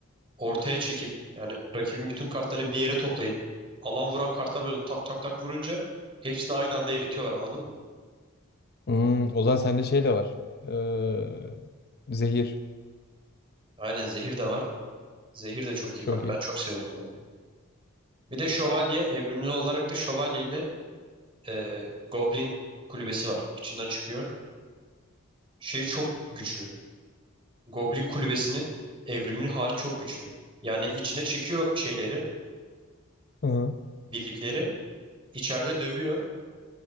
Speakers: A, on the right; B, on the left.
A: ortaya çekip yani rakibin bütün kartlarını bir yere toplayıp alan vuran kartlar böyle tak tak tak vurunca hepsini aynı anda eritiyorlar anladın mı?
B: Hmm, o zaman sende şey de var. Ee, zehir.
A: Aynen zehir de var. Zehir de çok iyi
B: Çok
A: kart.
B: iyi.
A: Ben çok seviyorum kullanmayı. Bir de şövalye evrimli olarak da şövalye ile e, Goblin kulübesi var. İçinden çıkıyor. Şey çok güçlü. Goblin kulübesinin evrimli hali çok güçlü. Yani içine çekiyor şeyleri,
B: Hı hı.
A: birlikleri. içeride dövüyor.